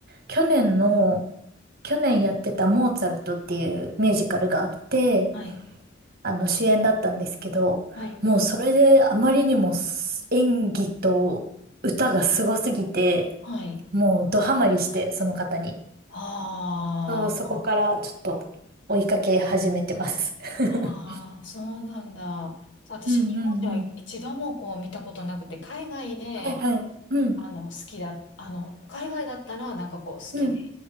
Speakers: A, on the right (about 50°); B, on the left (about 65°).
A: 去年の、去年やってたモーツァルトっていうミュージカルがあって、
B: はい、
A: あの主演だったんですけど、
B: はい、
A: もうそれであまりにも演技と歌がすごすぎて、
B: はい。
A: もうドハマりして、その方に。
B: あ
A: そう、
B: ー
A: そこからちょっと追いかけ始めてます。<laughs>
B: あー、そうなんだ。私、
A: うんうんうん。
B: 日本では一度もこう見たことなくて、海外で、
A: はいはい。うん、
B: あの、好きだ、あの、海外だったら、なんかこう、好きで、
A: うん。